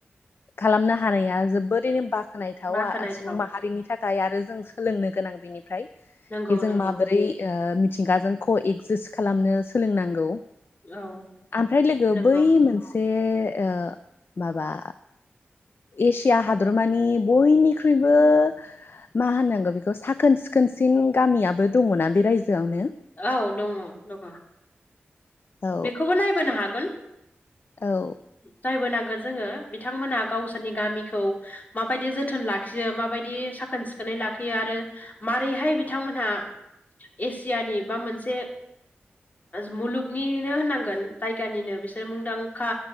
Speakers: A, on the left; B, on the left.
A: खालामनो हानाया जो ओरैनो बाख्नायथावा
B: बाखोनायथाव
A: सुबुं माहारिनि थाखाय आरो जों सोलोंनो गोनां बिनिफ्राय
B: नंगौ
A: बिजों
B: नंगौ
A: माबोरै ओ मिथिंगाजों ख एक्जिस्त खालामनो सोलोंनांगौ।
B: औ
A: ओमफ्राय लोगो
B: नंगौ
A: बै मोनसे ओ माबा एसिया हादरमानि बयनिख्रुइबो मा होननांगौ बेखौ साखोन सिखोनसिन गामियाबो दङना बे रायजोआवनो
B: औ दङ दङ।
A: औ
B: बेखौबो नायबोनो हागोन।
A: औ।
B: नायबो नांगोन जोङो बिथांमोनहा गावसोरनि गामिखौ माबायदि जोथोन लाखियो माबायदि सा साखोन सिखोनै लाखियो आरो मारैहाय बिथांमोनहा एसियानि बा मोनसे मुलुगनिनो होननांगोन जायगानिनो बिसोर मुंदांखा